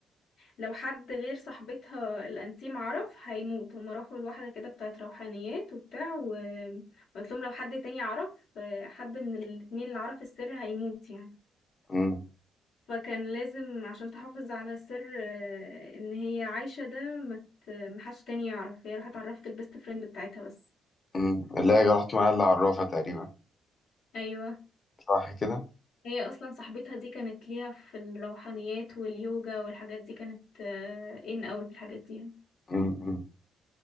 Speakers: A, on the left (about 85°); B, on the left (about 35°).
A: لو حد غير صاحبتها الانتيم عرف هيموت هما راحوا لواحدة كده بتاعت روحانيات وبتاع و- وقلت لهم لو حد تاني عرف حد من الاتنين اللي عرف السر هيموت يعني
B: امم
A: فكان لازم عشان تحافظ على سر آه، ان هي عايشة ده مت محدش تاني يعرف هي راحت اتعرفت البيست فريند بتاعتها بس
B: امم اللي هي راحت معايا اللي عرفها تقريبا
A: ايوه
B: صح كده
A: هي اصلا صاحبتها دي كانت ليها في الروحانيات واليوجا والحاجات دي كانت آه، ان قوي في الحاجات دي يعني.
B: امم أمم.